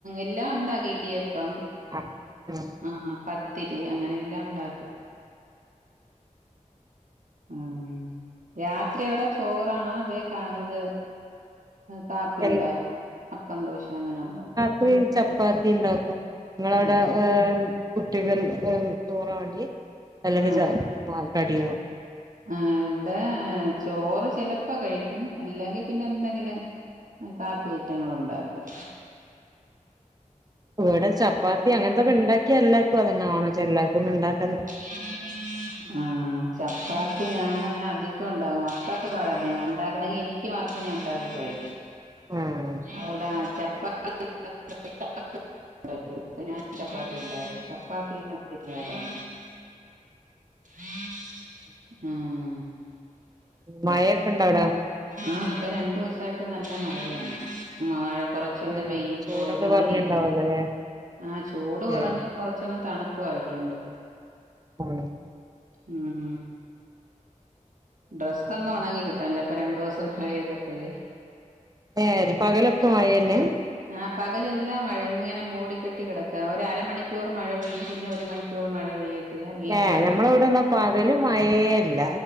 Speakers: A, on the right; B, on the right.
A: എല്ലാം ഉണ്ടാ ഇടിയപ്പം
B: ആഹ് ആഹ്
A: പ്പം ആ പത്തിരി അങ്ങനെ എല്ലാം ണ്ടാക്കും ആഹ് രാത്രി അവിടെ ചോറാണോ അതേ ഇത് കാപ്പി
B: എൻ
A: ഉണ്ടാക്കും അപ്പം ധോശ അങ്ങനെ ഉണ്ട
B: ത്രി ചപ്പാത്തി ണ്ടാക്കും ങ്ങളവ്ടെ
A: ഉം
B: ഹേ കുട്ടികൾ ഹേ ചോറാവാണ്ടി അല്ലെങ്കിൽ
A: ആഹ്
B: കടിയോവും
A: ആഹ് ഇവ്ടെ ചോറ് ചെലപ്പോ കഴിക്കും അല്ലെങ്കിൽ പിന്നെ എന്തെങ്കിലും കാപ്പിയിറ്റങ്ങളു ണ്ടാക്കും
B: ഇവ്ടെ ചപ്പാത്തി അങ്ങൻത്തോക്കെ ണ്ടാക്കിയ എല്ലാർക്കും അതന്നെ വാണം ചെല്ലാര്ക്കോന്നും ണ്ടാക്കാൻ
A: <unintelligible> ആഹ് ചപ്പാത്തി ഞാനും അങ്ങനെ അധികം ഉണ്ടാകും അപ്പാക്ക് പഴ ഉണ്ടാക്കണെങ്കി എനി ക്ക്‌മാത്രം ഞൻ ഉണ്ടാക്കി കഴിക്കും
B: ആഹ്
A: അവിടെ ചപ്പാത്തി <unintelligible> ചപ്പാത്തി ണ്ടാക്കല് <unintelligible> ഉം ഉം
B: മഴൊക്കെ ണ്ടോ അവിടെ
A: ആഹ് ഇവ്ടെ രണ്ട് ദിവസായിട്ട് നല്ല മഴയാണ് മഴ ച്ചൊന്ന്
B: ഏഹ്
A: പെയ്യും
B: ചൂടൊക്കെ
A: തോരും
B: കൊറഞ്ഞിണ്ടാവല്ലോല്ലേ
A: ആ രീതിൽ ആഹ് ചൂട് കൊറഞ്
B: ഏഹ്
A: കൊറചൊന്ന് തണുപ്പു ആയിട്ടുണ്ട്
B: ഉം
A: ഉം ഡ്രസ്സ് ഒന്ന് ഒണങ്ങി കിട്ടാന്ല്ല ഇപ്പൊ രണ്ടുസം മഴ യ്തപ്പഴേ
B: ഏ ഇത് പകലൊക്കെ മഴ ന്നെ
A: ആഹ് പകലെല്ലാം മഴാ ഇങ്ങനെ മൂടിക്കെട്ടി കിടക്കാ ഒര് അരമണിക്കൂർ മഴ പെയ്യും പിന്നെ ഒര് മണിക്കൂർ മഴ പെയ്യും ഇല്ലത്തില്ല പിന്നെ
B: ഏഹ്
A: അരമണിക്കൂർ
B: നമ്മളവിടെന്നാ പകല് മഴേല്ല